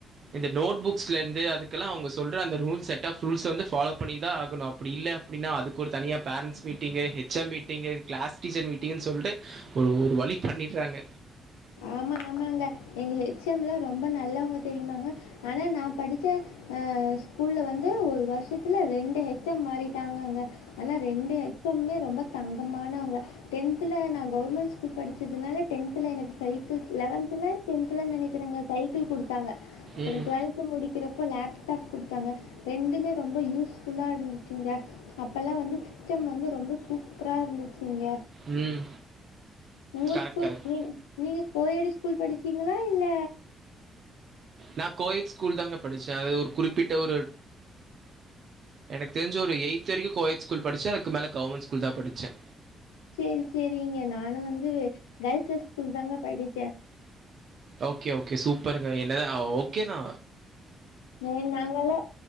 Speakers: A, on the right; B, on the left.
A: இந்த நோட் புக்ஸ்லருந்து அதுக்கல்லா அவுங்க சொல்ற அந்த ரூல்ஸ் செட்ஃப் ரூல்ஸ வந்து ஃபாலோ பண்ணி தா ஆகணு அப்டி இல்ல அப்டின்னா அதுக்கு ஒரு தனியா parents meeting H M meeting class teacher மீட்டிங்குன் சொல்ட்டு ஒரு வழி பண்ணிர்றாங்க
B: ஆமா ஆமாங்க எங்க ஹெச் எம் லா ரொம்ப நல்லவங்க தெரியுமாங்க ஆனா நா படிச்ச அ ஸ்கூல்ல வந்து ஒரு வர்ஷத்துல ரெண்டு ஹெச் எம் மாறிட்டாங்கங்க ஆனா ரெண்டு ஹெ எச் மே ரொம்ப தங்கமானவங்க டென்த்துல நா கவர்மெண்ட் ஸ்கூல் படிச்சதுனால டென்த்ல எனக் சைக்கிள் லெவன்த்தல டென்த்ல நெனக்கிறங்க சைக்கிள் குடுத்தாங்க அப்றோ
A: ம்.
B: டுவெல்த முடிக்கிறப்போ லேப்டாப் குடுத்தாங்க ரெண்டுமே ரொம்ப யூஸ்ஃபுல்லா இருந்துச்சுங்க அப்பல்லாம் வந்து திட்டம் வந்து ரொம்ப சூப்ரா இருந்துச்சுங்க
A: ம்
B: உங்க
A: கரெக்ட்,
B: ஸ்கூல்
A: கரெக்ட்.
B: நீங் நீங்க கோயட் ஸ்கூல் படிச்சீங்ளா இல்ல
A: நா கோயட் ஸ்கூல் தாங்க படிச்ச அது ஒரு குறிப்பிட்ட ஒரு எனக்கு தெரிஞ்சி ஒரு எய்த் வரைக்கு கோயட் ஸ்கூல் தா படிச்ச அதுக்கு மேல கவர்மெண்ட் ஸ்கூல் தா படிச்ச
B: செரி செரிங்க நானு வந்து கேர்ள்சஸ் ஸ்கூல் தாங்க படிச்ச
A: ஓகே ஓகே சூப்பருங்க என்னதா ஓகே தா
B: நீ நாங்களா